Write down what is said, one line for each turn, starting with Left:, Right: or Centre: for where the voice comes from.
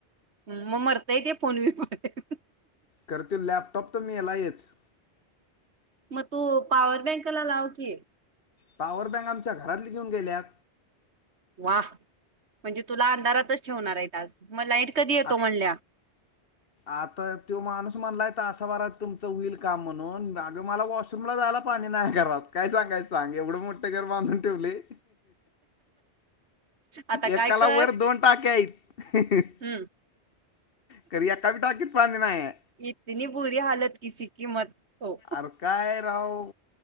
Right: हम्म मग मरताय ते फोन बी तोपर्यंत.
Left: खरं ते लॅपटॉप तर मेलायच.
Right: म तु पावर बँकला लाव की.
Left: पॉवर बँक आमच्या घरातली घेऊन गेल्यात.
Right: वाह! म्हणजे तुला अंधारातच ठेवणार आहेत आज, मग लाईट कधी येतो
Left: आत
Right: म्हणल्या?
Left: आता तो माणूस म्हणलाय तासा भरात तुमचं होईल काम म्हणून, अग मला वॉश वॉशरूमला जायला पाणी नाही घरात, काय सांगयचं सांग एवढं मोठं घर बांधून ठेवलंय.
Right: आता काय
Left: एकाला
Right: कर
Left: वर दोन टाक्या आहेत.
Right: हम्म.
Left: खरं एका बी टाकीत पाणी नाही हाय.
Right: इतनी बुरी हालत किसी कि मत. हो
Left: अर काय राव,